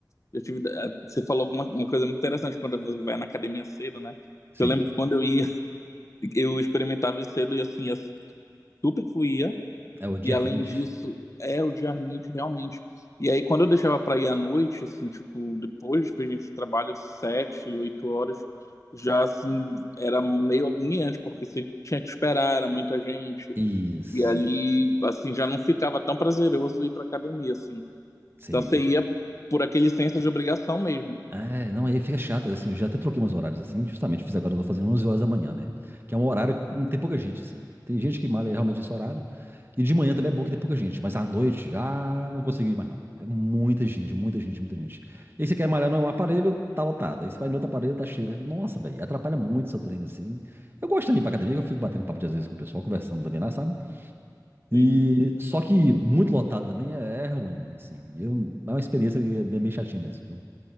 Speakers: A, on the left (about 45°); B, on the right (about 30°).
A: Eu tive, é, você falou alguma uma coisa muito interessante quando você vai na academia cedo, né?
B: Sim,
A: Eu lembro que quando eu ia, <laughs> eu experimentava isso cedo e assim, super fluía.
B: é o dia
A: E além
B: rende.
A: disso, é o dia rende realmente. E aí quando eu deixava para ir à noite, assim, tipo, depois que a gente trabalha sete, oito horas, já assim, era meio agoniante, porque você tinha que esperar, era muita gente.
B: Isso.
A: E ali, assim, já não ficava tão prazeroso ir pra academia, assim.
B: Sim.
A: Então você
B: eu-
A: ia por aquele senso de obrigação mesmo,
B: É, não, aí fica chato, assim, eu já até troquei meus horários, assim, justamente, fiz agora, eu tô fazendo 11 horas da manhã, né? Que é um horário que não tem pouca gente, assim. Tem gente que malha realmente nesse horário, e de manhã também é bom que tem pouca gente, mas à noite já não consegui mais, não. É muita gente, muita gente, muita gente. E aí você quer malhar num aparelho, tá lotado. Aí você vai no outro aparelho, tá cheio. Nossa, velho, atrapalha muito seu treino, assim. Eu gosto também ir pra academia, que eu fico batendo papo de às vezes com o pessoal, conversando também lá, sabe? E
A: assim.
B: só que muito lotado também é, é ruim, assim. Eu, é uma experiência que é meio chatinha mesmo, viu?